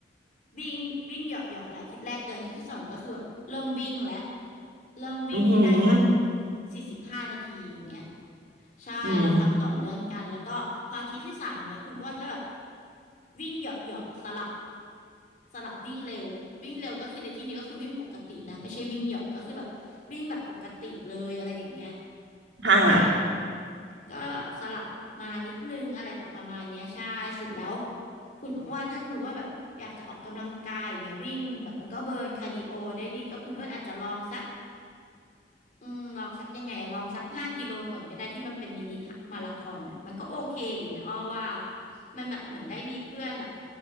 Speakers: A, on the left; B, on the right.
A: วิ่งวิ่งเหยาะเหยาะและอาทิตย์แรกเดือนอาทิตย์ที่สองก็คือแบบเริ่มวิ่งแล้ว เริ่มวิ่งให้ได้สัก
B: อืมอหือ
A: สี่สิบห้านาทีอย่างเงี้ยใช่เราทำต่อเนื่องกันแล้วก็พออาทิตย์ที่สามอย่างเงี้ยคุณอ้วนก็แบบ
B: อืม
A: วิ่งเหยาะๆสลับสลับวิ่งเร็ววิ่งเร็วก็คือในที่นี้ก็คือวิ่งปกตินะไม่ใช่วิ่งเหยาะก็คือแบบวิ่งแบบปกติเลยอะไรอย่างเงี้ย
B: หา
A: ใช่ก็แบบสลับมานิดนึงอะไรแบบประมาณเนี้ยใช่เสร็จแล้วคุณอ้วนถ้าคุณอ้วนแบบอยากจะออกกำลังกายอย่างเงี้ยวิ่งแบบมันก็เบิร์นคาร์ดิโอได้ดีก็คุณอ้วนอาจจะลองสัก อืมลองสักยังไงอะลองสักห้ากิโลก่อนก็ได้ที่มันเป็นมินิมาราธอนอะมันก็โอเคอยู่นะอ้อว่ามันแบบเหมือนได้มีเพื่อนแบบ